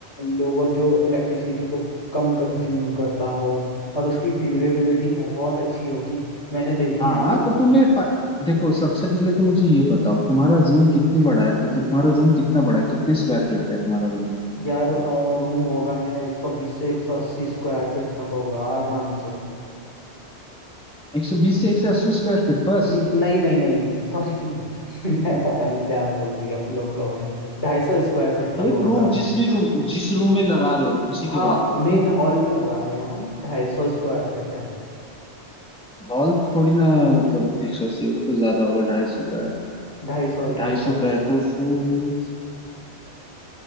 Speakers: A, on the left; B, in the centre.
A: लोअर जो इलेक्ट्रिसिटी को कम कंज्यूम करता हो और उसकी ड्यूरेबिलिटी बहुत अच्छी हो कि मैंने देखे
B: हाँ
A: हैं ना
B: तो
A: अ,
B: तुम्हें फा... देखो सबसे पहले तो मुझे ये बताओ तुम्हारा रूम कितने बड़ा है मतलब तुम्हारा रूम कितना बड़ा है कितने स्क्वायर फीट का है तुम्हारा रूम
A: यार रूम होगा मेरा 120 से 180 स्क्वायर फीट तक होगा आराम से
B: 120 से 180 स्क्वायर फीट बस
A: न- नहीं नहीं नहीं सॉरी <laughs> मैं पता नहीं क्या बोल दिया फ्लो फ्लो में ढाई सौ स्क्वायर फीट तक
B: एक
A: होगा
B: रूम जिस भी रूम जिस रूम में लगा रहे हो उसी
A: हाँ
B: की बात करो
A: मेन
B: ना
A: हॉल में लगा रहे हैं हम ढाई सौ स्क्वायर फीट है
B: हॉल थोड़ी ना मतलब 180 वो तो ज्यादा होगा 250 का
A: ढाई सौ ढाई
B: ढाई
A: सौ
B: सौ का है तो फिर